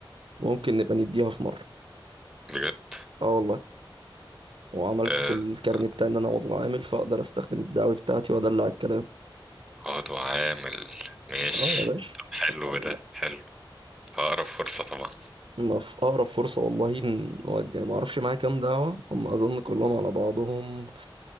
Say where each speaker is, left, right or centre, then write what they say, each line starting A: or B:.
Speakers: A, on the right; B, in the centre.
A: ممكن نبقى نديها في مره
B: بجد
A: اه والله وعملت
B: آه،
A: في الكارني
B: آه،
A: بتاعي ان انا عضو عامل فاقدر استخدم الدعوي بتاعتي وادلع الكلام
B: اقعد وعامل ماشي
A: اه يا باشا
B: طب حلو
A: الله.
B: ده حلو هقرب فرصة طبعا
A: ما في اقرب فرصه والله نودي يعني ما اعرفش معايا كام دعوه هم اظن كلهم على بعضهم